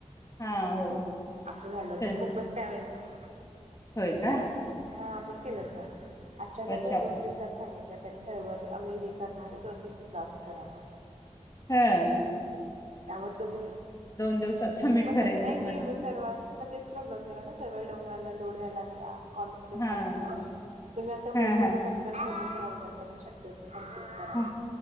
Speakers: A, on the left (about 25°); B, on the right (about 75°).
A: हा, हो
B: असं झालं होतं
A: चल
B: खूपच त्यावेळेस
A: होय
B: हा
A: का?
B: हा असंच केल जा अचानकच
A: अच्छा
B: दोन दिवसांत सांगित तर त्यांनी <unintelligible> आम्ही हे करणार आहे दोन दिवसात लास्ट करावा
A: हम्म
B: अहो तुम्ही
A: दिवसात सबमिट
B: मग
A: करायचे
B: नाही, नाही
A: म्हटलं.
B: मग सर्वा मग तेच प्रॉब्लेम झाला ना सरवर डाऊन आला लोड होया लागला कॉल डिस्कनेक्ट
A: हां.
B: व्हायलाय तुम्ही आता
A: हां,
B: होईल तेवढं
A: हां.
B: पटकन करून घ्या उद्यापर्यंत शक्यत कमप्लीट करा
A: हो,